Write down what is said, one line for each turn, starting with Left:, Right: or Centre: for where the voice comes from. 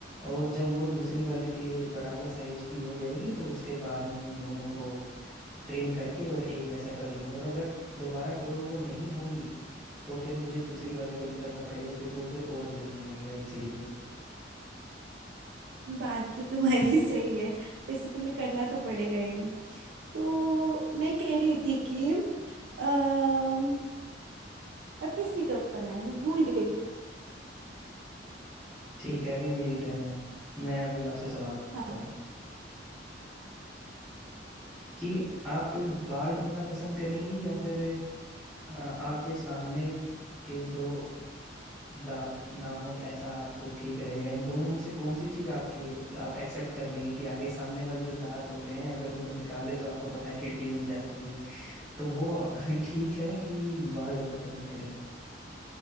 Centre: और जब वो दूसरी वाली के बराबर साइज की हो जाएगी तो उसके बाद मैं उन दोनों को ट्रिम करके और एक जैसा कर लूंगा और अगर दोबारा ग्रो वो नहीं होंगी तो फिर मुझे दूसरी वाली को भी करना पड़ेगा क्योंकि वो फिर और लगने लगेगा इसीलिए
Right: बात तो तुम्हारी <laughs> सही है वैसे तुम्हें करना तो पड़ेगा ये तो मैं कह रही थी कि अम, अब किसकी टर्न है मैं भूल गई
Centre: ठीक है अभी मेरी टर्न है मैं अभी आपसे सवाल पूछता
Right: हाँ
Centre: हूँ कि आप बाल्ड होना पसंद करेंगी या फिर आ, आपके सामने के दो दांत ना हो ऐसा आपको ठीक रहेगा इन दोनों में से कौन सी चीज आपके आप एक्सेप्ट कर लेंगे कि आगे सामने वाले जो दांत होते हैं अगर उनको निकाल दे तो आपको पता है खिड़की बन जाती है तो वो <laughs> ठीक है कि बाल्ड होना पसंद